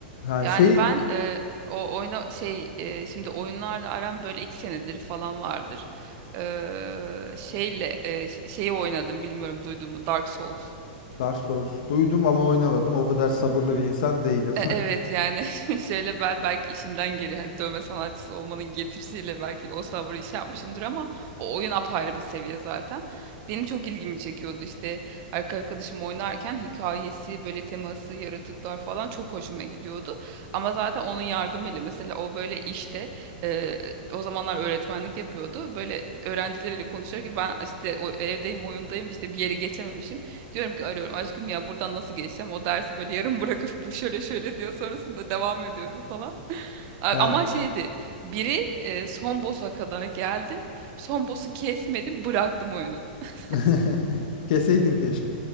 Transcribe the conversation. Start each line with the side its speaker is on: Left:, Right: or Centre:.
Left: Yani
Right: Yani
Left: şey
Right: ben e, o oyna şey e, şimdi oyunlarla aram böyle iki senedir falan vardır. Eee, şeyle e, ş- şeyi oynadım bilmiyorum duyduğumu Dark Souls.
Left: Dark Souls duydum ama oynamadım. O kadar sabırlı bir insan değilim.
Right: E-
Left: <laughs>
Right: Evet yani <laughs> şöyle ben belki işimden geri hani dövme sanatçısı olmanın getirisiyle belki o sabrı iş yapmışımdır ama o oyun apayrı bir seviye zaten. Benim çok ilgimi çekiyordu işte arka arkadaşım oynarken hikayesi böyle teması yaratıklar falan çok hoşuma gidiyordu. Ama zaten onun yardımıyla mesela o böyle işte e, o zamanlar öğretmenlik yapıyordu. Böyle öğrencileriyle konuşuyor ki ben işte o, evdeyim oyundayım işte bir yere geçememişim. Diyorum ki arıyorum aşkım ya buradan nasıl geçeceğim? O dersi böyle yarım <laughs> bırakıp bu şöyle şöyle diyor sonrasında devam ediyorum falan. <laughs> A-
Left: Yani
Right: Ama şeydi biri e, son boss'a kadar geldim. Son boss'u kesmedim bıraktım oyunu. <laughs>
Left: <laughs> keseydin keşke.